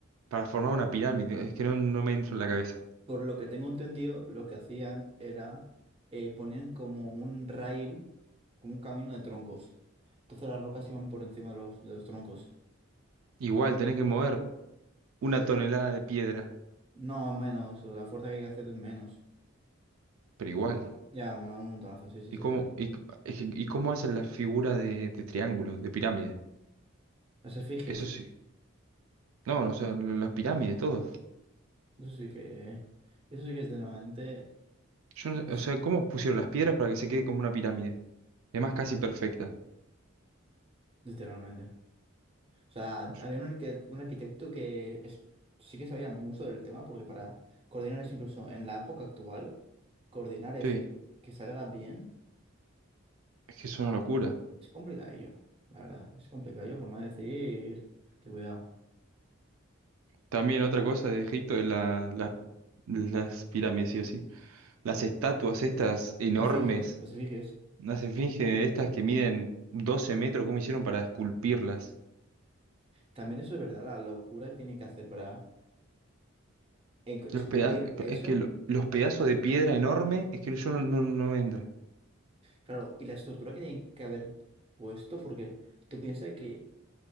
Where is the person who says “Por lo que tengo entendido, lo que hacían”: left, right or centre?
Right